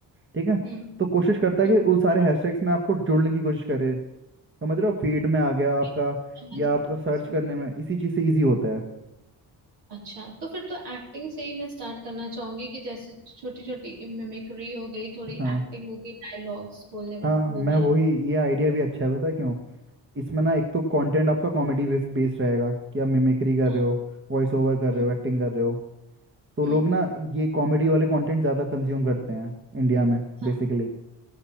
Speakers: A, on the right (about 30°); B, on the right (about 70°).
A: ठीक है
B: हम्म
A: तो कोशिश करता है
B: हम्म
A: कि उस सारे हैशटैग्स में आपको जोड़ने की कोशिश करे समझ रहे हो फीड में आ गया
B: okay,
A: आपका
B: समझ
A: या
B: गए
A: आपका सर्च
B: समझ
A: करने
B: गई।
A: में इसी चीज़ से ईजी होता है
B: अच्छा तो फिर तो एक्टिंग से ही मैं स्टार्ट करना चाहूंगी कि जैसे छोटी छोटी मिमिक्री हो गई थोड़ी
A: हाँ
B: एक्टिंग हो गई डायलॉग्स बोलने
A: हाँ
B: वाला वो
A: मैं
B: वाला
A: वही ये आइडिया भी अच्छा है पता है क्यों इसमें ना एक तो कंटेंट आपका कॉमेडी बेस्ड रहेगा कि आप मिमिक्री कर
B: हाँ
A: रहे हो वॉइस ओवर कर
B: हम्म
A: रहे हो एक्टिंग कर रहे हो तो
B: हम्म
A: लोग ना ये कॉमेडी वाले कंटेंट ज़्यादा कंज्यूम करते हैं इंडिया में
B: हाँ
A: बेसिकली